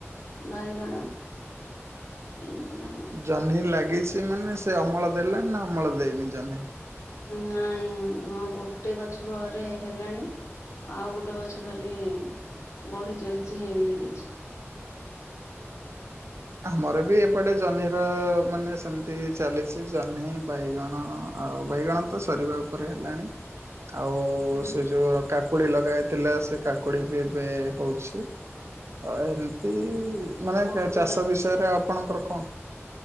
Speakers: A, on the left; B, on the right.
A: ବାଇଗଣ ଏମତିଆ।
B: ଜହ୍ନି ଲାଗିଛି ମାନେ ସେ ଅମଳ ଦେଲା ନା ଅମଳ ଦେଇନି ଜହ୍ନି?
A: ନାଇଁ ହଁ ଗୋଟେ ଗଛ ବୋରେ ହେଲାଣି। ଆଉ ଗୋଟେ ଗଛ ଖାଲି ବଢି ଚାଲିଚି ହେଇନି କିଛି। <inaudible>
B: ଆମର ବି ଏପଟେ ଜହ୍ନିର ମାନେ ସେମିତି ଚାଲିଛି ଜହ୍ନି ବାଇଗଣ ଆଉ ବାଇଗଣ ତ ସରିବା ଉପରେ ହେଲାଣି। ଆଉ
A: ହୁଁ
B: ସେ ଯୋଉ କାକ କୁଡି ଲଗାହେଇଥିଲା ସେ କାକୁଡି ବି ଏବେ ହଉଛି। ଓ ଏମିତି
A: ହୁଁ।
B: ମାନେ
A: କୁନ୍ଦୁରା
B: କେ-ଚାଷ ବିଷୟରେ ଆପଣଙ୍କର କଣ?